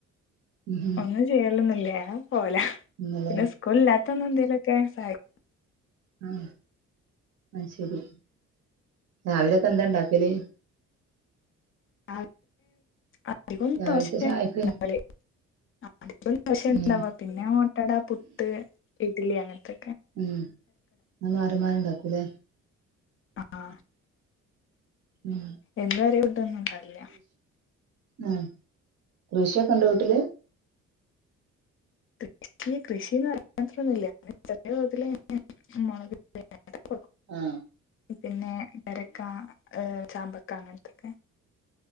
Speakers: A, on the right; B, on the left.
A: ഉം
B: ഒന്നും ചെയ്യലൊന്നുല്ല പോല
A: ഇന്നലെ
B: പിന്നെ സ്കൂളില്ലാത്ത അന്ന് എന്തെലൊക്കെ സഹായിക്കും
A: ആഹ ആ ശരി രാവിലൊക്കെ എന്താ ഉണ്ടാക്കല്
B: അ അധികം
A: രാവിലത്തെ
B: ദോശ
A: ചായക്ക്
B: ണ്ടാവൽ <inaudible> പശം
A: ഉം
B: ഇണ്ടവാ പിന്നെ ഓട്ടടാ പുട്ട് ഇഡ്ലി അങ്ങനത്തെ
A: ഉം അ മാറി മാറി ഉണ്ടാക്കൂല്ലേ
B: ആഹ
A: ഉം
B: എന്നും ഒരേ ഫുടൊന്നും ഉണ്ടാവില്ല
A: ഉം കൃഷിയൊക്കെ ഉണ്ടോ വീട്ടില്?
B: കൃഷി കൃഷിന്ന് പറയാൻ മാത്രമൊന്നുമില്ല ചെറിയ തോതിൽ മുളക് <inaudible>
A: ആഹ്
B: പിന്നെ പേരക്ക, ചാമ്പക്ക അങ്ങനത്തൊക്കെ